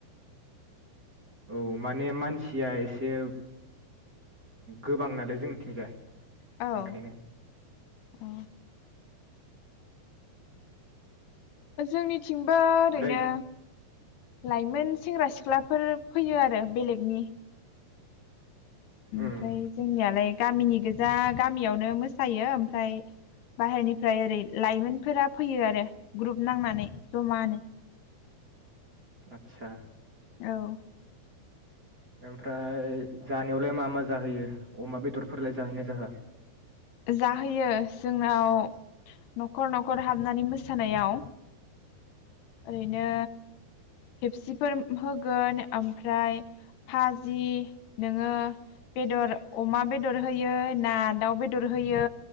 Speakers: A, on the right (about 30°); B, on the left (about 80°).
A: औ माने मानसिया एसे गोबां नालाय जोंनिथिंजाय
B: औ
A: ओंखायनो
B: औ जोंनि थिंबो ओरैनो
A: ओमफ्राय
B: लाइमोन सेंग्रा सिख ख्लाफोर फैयो आरो बेलेगनि ओमफ्राय
A: उम
B: जोंनियालाय गामिनि गो जा गामियावनो मोसायो ओमफ्राय बाहेरनिफ्राय ओरै लाइमोनफोरा फैयो आरो ग्रुप नांनानै जमानो।
A: आतसा
B: औ
A: ओमफ्राय जानायावलाय मा मा जाहोयो अमा बेदरफोरलाय जाहैनाय जाहोआ?
B: जाहोयो जोंनाव न'खर न'खर हाबनानै मोसानायाव ओरैनो फेपसिफोर होगोन ओमफ्राय भाजि नोङो बेदर अमा बेदर होयो ना दाउ बेदर बेदर होयो